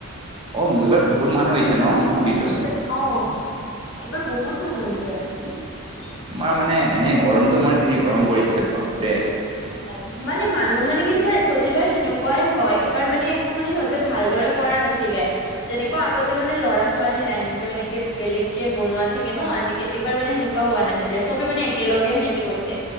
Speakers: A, on the right; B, on the left.
A: অ এইবাৰ বহুত মানুহ হৈছে ন মই
B: অ
A: শুনিছো
B: এইবাৰ বহুত মানুহ আহিছে।
A: তোমাৰ মানে এনে গৰমটো মাৰ কি গৰম পৰিছে বাপৰে
B: অ মানে মানুহ মানে কি তোমাৰ প্ৰতিবাৰ সেনেকুৱাই হয় এইবাৰ মানে একো মানে সিহঁতে ভালদৰে কৰা নাছিলে তেনেকুৱা আগতে মানে ল'ৰা ছোৱালী লাইনতটো এনেকে বেলেগ কে বনোৱা থাকে ন অ আজিকাল এইবাৰ মানে সেনেকুৱা হোৱা নাছিলে চবে মানে একেলগে সেনেকে গৈছে